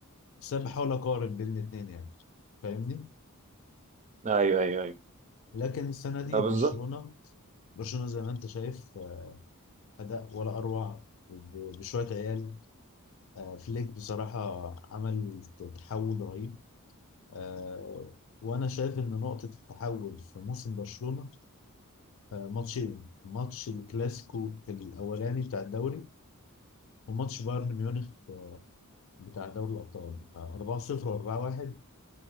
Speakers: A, on the left; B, on the right.
A: بس انا بحاول اقارن بين الاثنين يعني فاهمني
B: ايوه ايوه ايوه
A: لكن السنه دي
B: آه، بالظبط
A: برشلونه برشلونه زي ما انت شايف آه، اداء ولا اروع ب- بشويه عيال آه، فليك بصراحه عمل تحول رهيب آه، وانا شايف ان نقطه التحول في موسم برشلونه آه، ماتشين ماتش الكلاسيكو الاولاني بتاع الدوري وماتش بايرن ميونخ آه، بتاع دوري الابطال آه، 4-0 و4-1